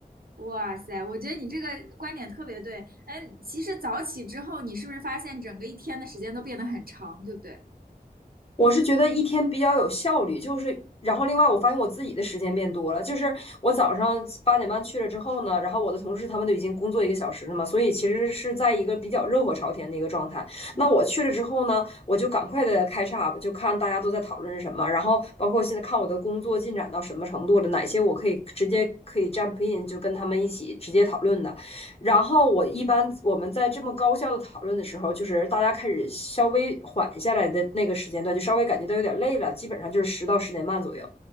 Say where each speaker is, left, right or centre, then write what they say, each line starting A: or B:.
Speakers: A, on the right; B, on the left.
A: 哇塞，我觉得你这个观点特别对。哎，其实早起之后，你是不是发现整个一天的时间都变得很长，对不对？
B: 我是觉得一天比较有效率，就是然后另外我发现我自己的时间变多了，就是我早上八点半去了之后呢，然后我的同事他们都已经工作一个小时了嘛，所以其实是在一个比较热火朝天的一个状态。
A: 嗯
B: 那我去了之后呢，我就赶快的开叉吧，就看大家都在讨论什么，然后包括现在看我的工作进展到什么程度了，哪些我可以直接可以 jump in 就跟他们一起直接讨论的。然后我一般我们在这么高效的讨论的时候，
A: 嗯，
B: 就是大家开始稍微缓下来的那个时间段，就稍微感觉到有点累了，基本上就是十到十点半左右。